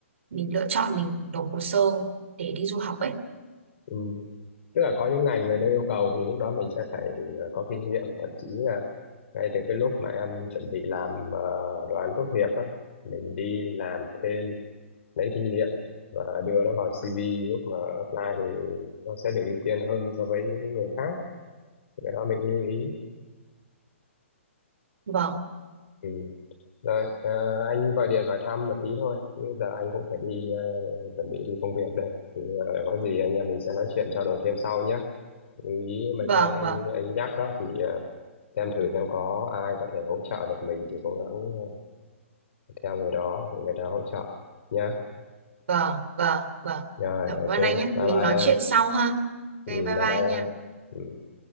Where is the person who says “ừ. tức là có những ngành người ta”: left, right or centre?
Left